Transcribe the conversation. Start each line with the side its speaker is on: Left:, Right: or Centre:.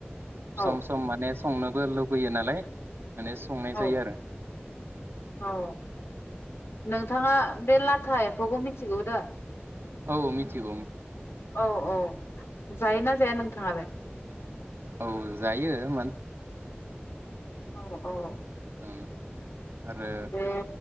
Left: औ
Right: सम सम माने संनोबो लुबैयो नालाय माने संनाय
Left: औ
Right: जायो आरो।
Left: औ नोंथाङा बे लाथा एम्फौखौ मिथिगौ दा?
Right: औ मिथिगौ।
Left: औ औ जायोना जाया नोंथाङालाय?
Right: औ जायो मानो
Left: औ औ।
Right: <inaudible> आरो
Left: बे